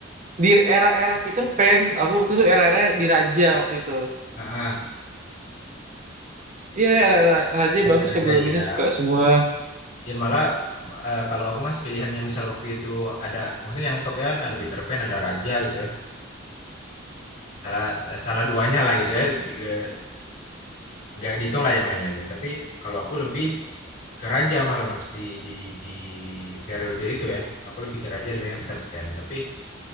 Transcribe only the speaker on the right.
di era-era Peter Pan aku waktu itu era-era di Raja waktu itu.
Iya era-era Raja bagus
lagu-lagunya
suka semua.